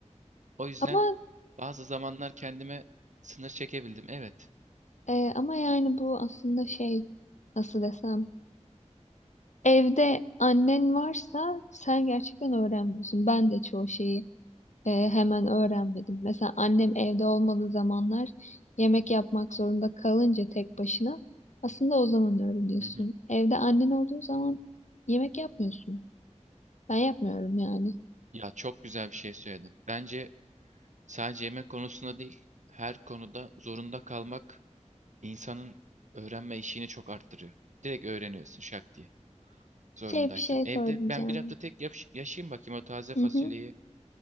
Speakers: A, on the right; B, on the left.
A: O yüzden
B: Ama
A: bazı zamanlar kendime sınır çekebildim. Evet.
B: Ee, ama yani bu aslında şey nasıl desem evde annen varsa sen gerçekten öğrenmiyorsun. Ben de çoğu şeyi e, hemen öğrenmedim. Mesela annem evde olmadığı zamanlar yemek yapmak zorunda kalınca tek başına aslında o zaman öğreniyorsun.
A: Hı hı.
B: Evde annen olduğu zaman yemek yapmıyorsun. Ben yapmıyorum yani.
A: Ya çok güzel bir şey söyledin. Bence sadece yemek konusunda değil, her konuda zorunda kalmak insanın öğrenme işini çok arttırıyor. Direkt öğreniyorsun şak diye. Zorundaysan.
B: Şey bir şey
A: Evde
B: söyleyeceğim.
A: ben bir hafta tek yaş- yaşayayım bakayım o taze fasulyeyi.
B: Hı hı.